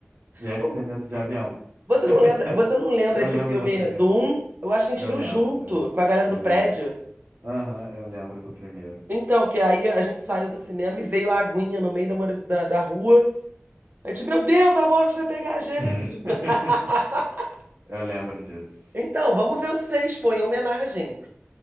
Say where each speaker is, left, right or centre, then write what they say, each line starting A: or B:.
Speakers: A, on the right; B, on the right.
A: E é
B: Então,
A: de ter medo de avião.
B: Você não
A: <laughs>
B: lembra, você não lembra
A: Eu
B: esse
A: lembro
B: filme
A: do primeiro.
B: do um? Eu acho que a gente
A: Eu
B: viu
A: lembro.
B: junto
A: Eu, le-
B: com a galera
A: eu
B: do
A: lembro.
B: prédio.
A: Aham, eu lembro do primeiro.
B: Então, que aí a gente saiu do cinema e veio a aguinha no meio da, mora- da, da rua. A gente, meu Deus, a morte vai pegar a gente.
A: <laughs>
B: <laughs>
A: Eu lembro disso.
B: Então, vamos ver o 6 pô, em homenagem.